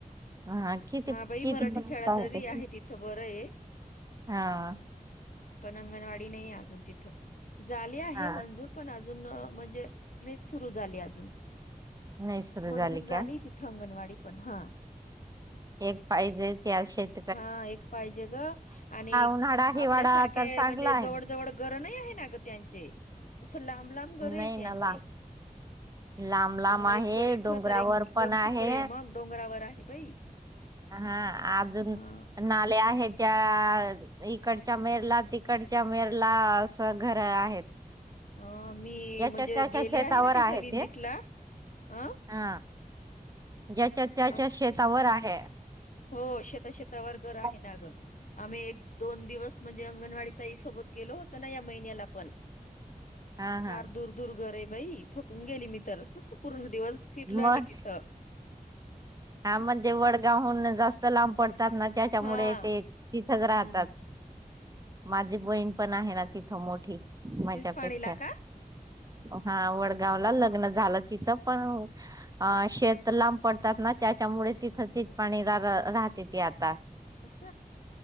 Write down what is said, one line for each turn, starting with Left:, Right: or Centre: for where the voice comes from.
Right: हा किती
Left: हा बाई
Right: किती
Left: मराठी
Right: पाता
Left: शाळा तरी
Right: होते
Left: आहे तिथं बरं आहे
Right: हा
Left: पण अंगणवाडी नाही अजून तिथं झाले आहे
Right: हा
Left: मंजू पण अजून म्हणजेच सुरू झाली अजून
Right: नाही सुरू
Left: मंजूर झाली
Right: का
Left: त अंगणवाडी पण हा
Right: एक पाहिजे त्या शेती
Left: हा एक पाहिजे ग आणि
Right: उन्हाळा हिवाळा
Left: आपल्यासारखे
Right: तर चांगला
Left: म्हणजे
Right: आहे
Left: जवळ जवळ घर नाही आहे ना ग त्यांचे अस लांब लांब घर
Right: नाही
Left: आहे त्यांचे
Right: ना ला लांब लांब
Left: हा
Right: आहे
Left: एक घरीच
Right: डोंगरावर
Left: तर एक
Right: पण आहे
Left: तिकडे मग डोंगरावर आहे बाई
Right: हा अजून
Left: ह
Right: नाले आहेत त्या इकडच्या मेर ला तिकडच्या मेर ला असं घर आहेत
Left: ह मी
Right: ज्याच्या
Left: म्हणजे
Right: त्याच्या
Left: गेली
Right: शेतावर
Left: आहे ना तिथे विजिटला
Right: ते
Left: अ
Right: हा ज्याच्या त्याच्या
Left: अ
Right: शेतावर आहे
Left: हो शेत शेतावर घर आहे
Right: हा
Left: ना ग आम्ही एक दोन दिवस म्हणजे अंगणवाडी तई सोबत गेलो होत ना या महिन्याला आपण
Right: हा
Left: फार
Right: हा
Left: दुर् दुर्गर आहे बाई थोकून गेली मी तर पूर्ण दिवस फिरलो
Right: मग
Left: आम्ही तिथं
Right: हा म्हणजे वडगावहून जास्त लांब पडतात ना त्याच्यामुळे
Left: हा
Right: ते तिथंच
Left: हम्म
Right: राहतात माझी बहीण पण आहे ना तिथं मोठी माझ्यापेक्षा
Left: तीच पाणीला का
Right: हा वडगावला लग्न झालं तिचं पण अ शेत लांब पडतात ना त्याच्यामुळे तिथं त पाणी राहते ती आता
Left: अस